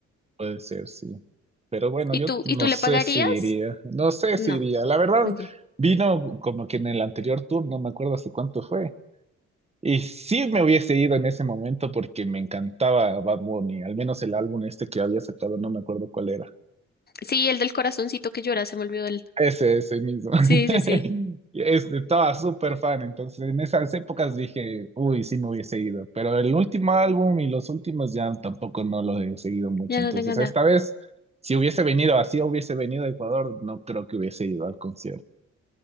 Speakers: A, on the right; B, on the left.
A: Puede ser, sí. Pero bueno,
B: ¿Y
A: yo
B: tú,
A: no
B: y tú
A: sé
B: le pagarías?
A: si iría. No sé
B: No.
A: si iría. La verdad,
B: ok.
A: vino como que en el anterior tour, no me acuerdo hace cuánto fue. Y sí me hubiese ido en ese momento porque me encantaba Bad Bunny, al menos el álbum este que había sacado, no me acuerdo cuál era.
B: Sí, el del corazoncito que llora, se me olvidó el.
A: Ese, ese mismo. <laughs>
B: Sí, sí, sí.
A: Y Este, estaba súper fan, entonces en esas épocas dije, uy, sí me hubiese ido, pero el último álbum y los últimos ya tampoco no los he seguido mucho,
B: Ya
A: entonces
B: no tengo nada.
A: esta vez, si hubiese venido así, hubiese venido a Ecuador, no creo que hubiese ido al concierto.